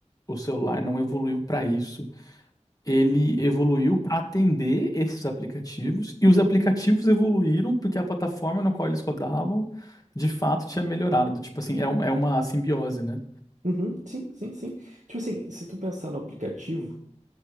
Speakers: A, on the left; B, on the right.
A: o celular não evoluiu pra isso. ele evoluiu para atender esses aplicativos, e os aplicativos evoluíram porque a plataforma na qual eles rodavam, de fato, tinha melhorado. Do Tipo assim, é uma, é uma simbiose, né?
B: Uhum, sim, sim, sim. Tipo assim, se tu pensar no aplicativo,